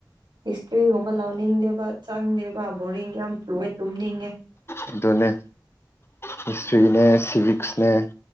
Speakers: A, on the right; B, on the left.
A: ꯍꯤꯁꯇ꯭ꯔꯤꯒꯨꯝꯕ ꯂꯥꯎꯅꯤꯡꯗꯦꯕ ꯆꯪꯗꯦꯕ ꯕꯣꯔꯤꯡ ꯌꯥꯝ ꯆꯨꯑꯦ ꯇꯨꯝꯅꯤꯡꯉꯦ
B: ꯑꯗꯨꯣꯅꯦ ꯍꯤꯁꯇ꯭ꯔꯤꯅꯦ ꯁꯤꯚꯛꯁꯅꯦ <inaudible>